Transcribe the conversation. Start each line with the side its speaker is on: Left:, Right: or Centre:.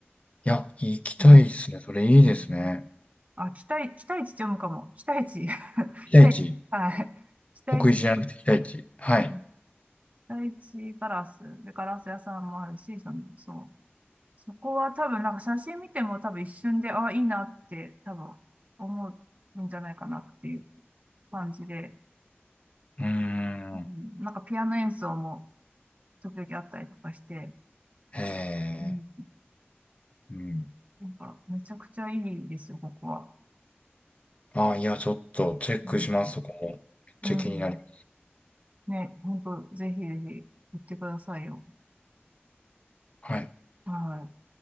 Left: や、行きたいですね。
Right: うん
Left: それいいですね。
Right: うんあ、期待、期待値って読むかも。期待値。<laughs>
Left: 期待値。
Right: 期待値。はい。期待値。
Left: 得意じゃなくて期待値。はい。
Right: うん第一ガラス。で、ガラス屋さんもあるし、その、そう。そこは多分、なんか写真見ても多分一瞬で、あ、いいなって多分思うんじゃないかなっていう感じで、
Left: うーん。
Right: うんなんかピアノ演奏も時々あったりとかして、
Left: へえ。
Right: うん、
Left: うん。
Right: なんかめちゃくちゃいいですよ、ここは。
Left: ああ、いや、ちょっとチェックします、
Right: うん、
Left: そこも。めっちゃ気になる。
Right: うんね、本当ぜひぜひ行ってくださいよ。
Left: はい。
Right: はい。